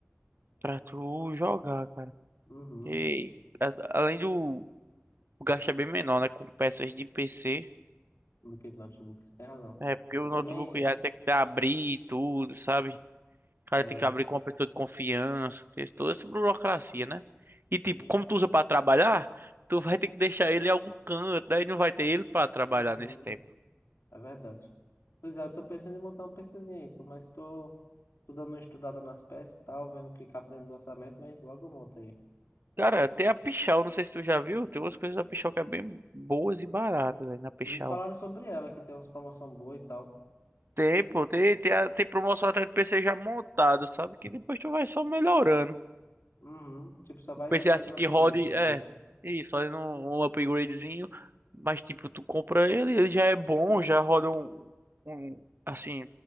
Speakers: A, on the right; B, on the left.
A: pra tu jogar, cara.
B: Uhum,
A: E as- além do. O gasto é bem menor, né? Com peças de PC.
B: do que de notebook, você tem razão.
A: É, porque o
B: E também,
A: notebook ia ter que abrir e tudo, sabe? O cara
B: é,
A: tem que abrir com uma pessoa de confiança. Tem toda essa burocracia, né? E tipo,
B: e-
A: como tu usa pra trabalhar, tu vai ter que deixar ele em algum canto. Daí não vai ter ele pra trabalhar
B: uhum,
A: nesse tempo.
B: é verdade. Pois é, eu tô pensando em montar um PCzinho aí, pô, mas tô, tô dando uma estudada nas peças e tal, vendo o que cabe dentro do orçamento, mas logo eu monto aí.
A: Cara, tem a Pichau, não sei se tu já viu, tem umas coisas da Pichau que é bem boas e baratas, velho, na Pichau.
B: Me falaram sobre ela, que tem umas promoções boas e tal.
A: Tem, pô, tem, tem, a- tem promoção até de PC já montado, sabe? Que depois tu vai só melhorando.
B: Uhum. Tipo, só vai
A: Um PC
B: fazendo
A: assim que
B: upgrade
A: rode,
B: depois,
A: é,
B: né?
A: isso, fazendo um, um upgradezinho, mas tipo, tu compra ele, ele já é bom, já roda um, um assim,